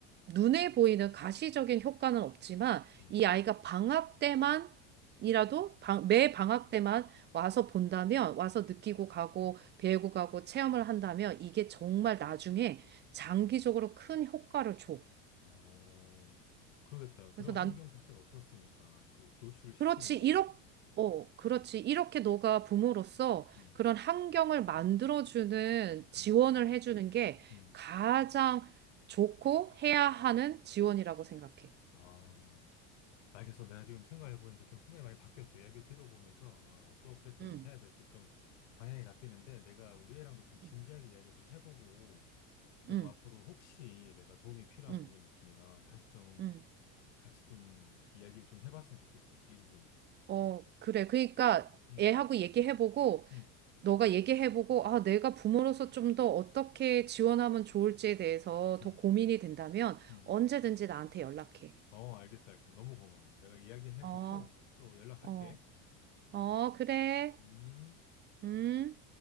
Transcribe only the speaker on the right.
눈에 보이는 가시적인 효과는 없지만
이 아이가 방학 때만 이라도 방- 매 방학 때만 와서 본다면 와서 느끼고 가고 배우고 가고 체험을 한다면 이게 정말 나중에 장기적으로 큰 효과를 줘.
그래서 난
그렇지
이렇게 어 그렇지 이렇게 너가 부모로서
그런 환경을 만들어주는 지원을
해주는 게
가장 좋고 해야 하는 지원이라고 생각해.
응
응
응
응
음.
어, 그래. 그러니까
애하고 얘기해보고,
너가 얘기해보고, 아, 내가 부모로서 좀 더 어떻게 지원하면 좋을지에 대해서
더 고민이 된다면
언제든지 나한테 연락해.
어,
어, 어, 그래.
음.